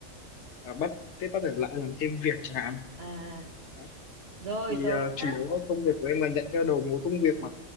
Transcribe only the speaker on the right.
à,
rồi
rồi
nhá.